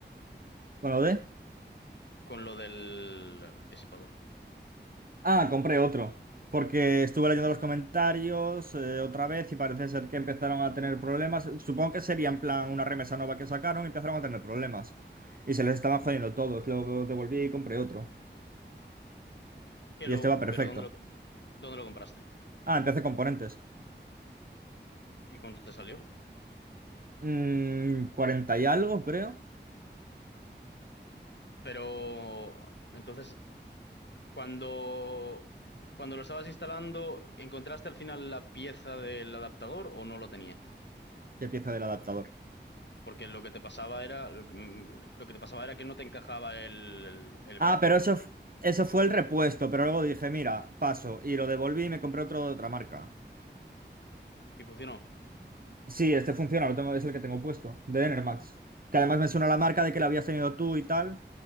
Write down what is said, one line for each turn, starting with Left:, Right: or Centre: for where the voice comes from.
Right: Bueno, ¿de?
Left: con lo del eh, disipador?
Right: Ah, compré otro. Porque estuve leyendo los comentarios eh, otra vez y parece ser que empezaron a tener problemas. Supongo que sería en plan una remesa nueva que sacaron y empezaron a tener problemas. Y se les estaban jodiendo todos. Lo devolví y compré otro.
Left: qué
Right: Y
Left: lo,
Right: este va perfecto.
Left: pero ¿dónde lo ¿Dónde lo compraste?
Right: Ah, empecé componentes.
Left: ¿Y cuánto te salió?
Right: Mm, 40 y algo, creo.
Left: Pero entonces, cuando, cuando lo estabas instalando, ¿encontraste al final la pieza del adaptador o no lo tenía?
Right: Y pieza del adaptador.
Left: Porque lo que te pasaba era, lo que, mm, lo que te pasaba era que no te encajaba el, el,
Right: Ah,
Left: bracket,
Right: pero
Left: ¿no?
Right: eso, f- eso fue el repuesto. Pero luego dije, mira, paso. Y lo devolví y me compré otro de otra marca.
Left: Y funcionó.
Right: Sí, este funciona, lo tengo, es el que tengo puesto, de Enermax. Que además me suena la marca de que la habías tenido tú y tal.